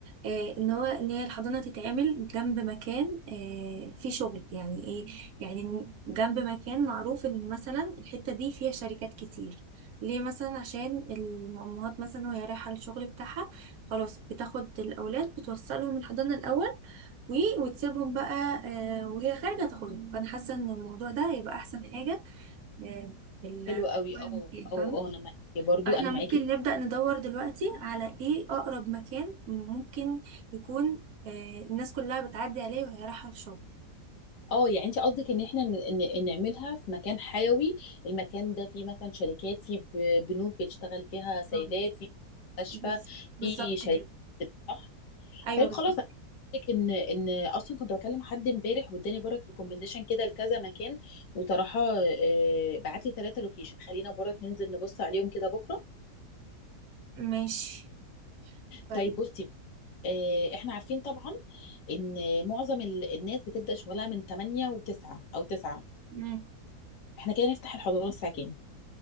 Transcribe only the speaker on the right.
آه ان هو ان هي الحضانة تتعمل جنب مكان آه فيه شغل يعني ايه يعني جنب مكان معروف ان مثلا الحتة دي فيها شركات كتير ليه مثلا عشان الامهات مثلا وهي رايحة للشغل بتاعها خلاص بتاخد الاولاد بتوصلهم الحضانة الاول و- وتسيبهم بقى آه، وهي خارجة تاخدهم فأنا حاسة إن الموضوع ده هيبقى أحسن حاجة آه، في ال-
في المكان،
فاهمة
فاحنا
ممكن نبدأ ندور دلوقتي على ايه أقرب مكان ممكن يكون آه، الناس كلها بتعدي عليه وهي رايحة الشغل
مم.
بز- بالظبط
كده
أيوه
بالظبط
ماشي طيب
مم.